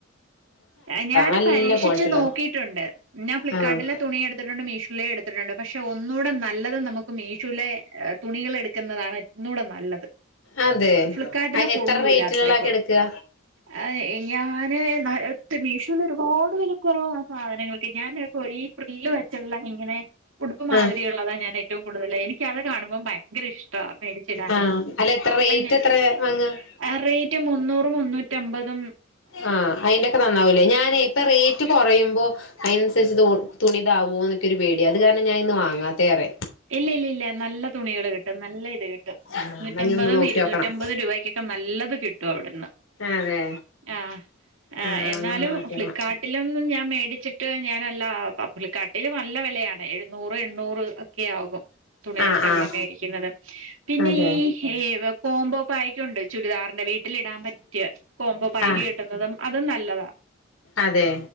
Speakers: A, on the right; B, on the left.
A: ആ ഞാന്
B: നല്ല
A: പരീക്ഷിച്ചുനോക്കീട്ടുണ്ട്
B: ക്വാളിറ്റി ഉള്ളതാ
A: ഞാൻ ഫ്ലിപ്കാർട്ടിലെ
B: ആഹ്
A: തുണീയെടുത്തിട്ടൊണ്ട് മീഷോ ലേടുത്തിട്ടൊണ്ട് പക്ഷെ ഒന്നൂടെ നല്ലത് നമ്മക്കു മീഷോലെ തുണികളെടുക്കുന്നതാണ് ഒന്നൂടെ നല്ലത്.
B: അതേ,
A: ഫ്ലിപ്കാർട്ടിലെ
B: ആ എത്ര
A: കൊള്ളൂല
B: റേറ്റിലൊള്ളതൊക്കെയാ
A: അത്രയ്ക്ക്
B: എടുക്കുക?
A: ആ, ഞാന് അ മീഷോയിലൊരുപാട് വെലക്കൊറവാ സാധനങ്ങൾക്ക് ഞാന് പ്പോ ഈ ഫ്രില്ല് വച്ചൊള്ള ഇങ്ങനെ ഉടുപ്പ് മാതിരിയൊള്ളതാ
B: ആഹ്
A: ഞാനെറ്റോം കൂടുതലായി എനിക്കതു കാണുമ്പം ഭയങ്കര ഇഷ്ടാ മേടിച്ചിടാന്
B: ആഹ് അല്ല എത്ര
A: അപ്പം
B: റേറ്റ്
A: ഞാൻ,
B: എത്ര വാങ്ങ
A: അ റേറ്റ് മുന്നൂറ്‌ മുന്നൂറ്റ റ്റമ്പതോ.
B: ആ അയിന്റക്കെ നന്നാവൂലെ ഞാനേ ഇപ്പ
A: ആ
B: റേറ്റ് കൊറയുമ്പോ അയിനനുസരിച്ചു ഇതോ തുണീതാവുമൊന്നൊക്കെ ഒരു പേടി അതുകാരണം ഞാനിന്നു വാങ്ങാത്തെ ഏറെ.
A: ഇല്ലില്ലില്ല നല്ല തുണികള് കിട്ടും നല്ല ഇതു കിട്ടും
B: ആഹ്
A: നൂറ്റമ്പതും
B: എന്നാ ഇനി ഒന്ന് നോക്കിയോക്കണം
A: ഇരുന്നൂറ്റമ്പതും രൂപയ്ക്കൊക്കെ നല്ലതു കിട്ടുഅവിടുന്ന്.
B: അതെ
A: ആ ആ
B: ആഹ്
A: എന്നാലും
B: എന്നാ ഒന്ന് നോക്കിയോക്കണം
A: ഫ്ലിപ്കാർട്ടിലന്നും ഞാൻ മേടിച്ചിട്ട് ഞ അങ്ങനല്ലാ ഫ്ലിപ്കാർട്ടില് നല്ല വെലയാ. എഴ്‌നുറ് എണ്ണൂറ് ആകും തുണികൾക്കെല്ലാം
B: ആഹ് ആഹ്
A: മേടിക്കുന്നത് പിന്നെ
B: അതെ
A: ഈ കോംബോ പാക്ക ണ്ടോ ചുരിദാർ വീട്ടിൽ ഇടാൻ പറ്റിയ കോമ്പോ പായ്ക്ക്
B: ആഹ്
A: കിട്ടന്നതും അത് ന നല്ലതാ
B: അതെ